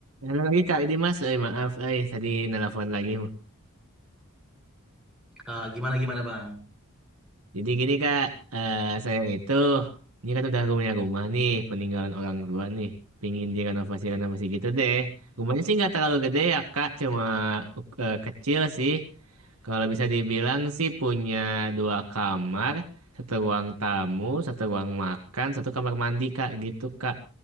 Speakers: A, on the right; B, in the centre.
A: Halo lagi Kak Dimas, eh maaf, eh tadi nelpon lagi.
B: Eh, gimana gimana Bang?
A: Jadi gini Kak, eh saya itu ini kan udah punya rumah nih, peninggalan orang tua nih, pingin direnovasi renovasi gitu deh. Rumahnya sih nggak terlalu gede ya Kak, cuma eh, kecil sih. Kalau bisa dibilang sih punya dua kamar, satu ruang tamu, satu ruang makan, satu kamar mandi Kak, gitu Kak.